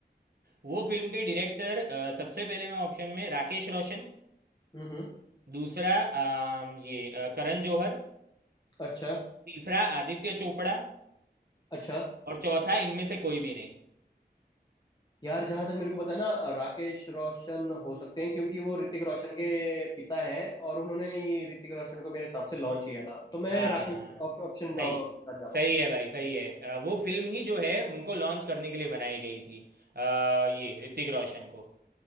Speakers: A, on the right; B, on the left.
A: वो फिल्म के डायरेक्टर अ, सबसे पहले मैं ऑप्शन में राकेश रोशन
B: हम्म हम्म,
A: दूसरा अम, ये अ, करण जौहर
B: अच्छा
A: तीसरा आदित्य चोपड़ा
B: अच्छा
A: और चौथा इनमें से कोई भी नहीं
B: यार जहां तक मेरे को पता है ना राकेश रोशन हो सकते हैं क्योंकि वो ऋतिक रोशन के पिता है और उन्होंने ही ऋतिक रोशन को मेरे हिसाब से लॉन्च किया था तो मैं
A: हाँ
B: राकेश ऑप्शन
A: सही
B: कर जा पाऊँ
A: सही है भाई सही है अ, वो फिल्म ही जो है उनको लॉन्च करने के लिए बनाई गई थी अ, ये ऋतिक रोशन को